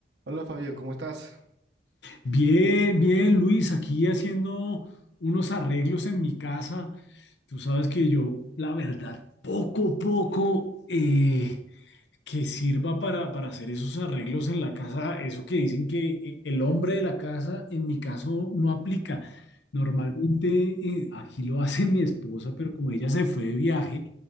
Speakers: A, on the right; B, on the left.
A: Hola Fabio, ¿cómo estás?
B: Bien, bien, Luis, aquí haciendo unos arreglos en mi casa. Tú sabes que yo, la verdad, poco, poco eh, que sirva para, para hacer esos arreglos en la casa, eso que dicen que eh, el hombre de la casa, en mi caso, no aplica. Normalmente eh, aquí lo hace mi esposa, pero como ella se fue de viaje,